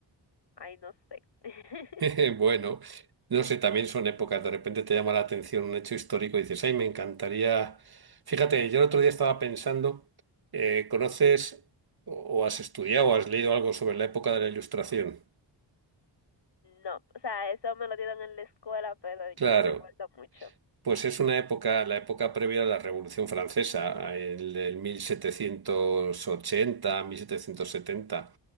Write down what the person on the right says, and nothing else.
<laughs> Bueno, no sé, también son épocas, de repente te llama la atención un hecho histórico y dices, ay, me encantaría. Fíjate, yo el otro día estaba pensando, eh, ¿conoces o o has estudiado o has leído algo sobre la época de la Ilustración?
Claro.
Pues es una época, la época previa a la Revolución Francesa, el, el 1780, 1770,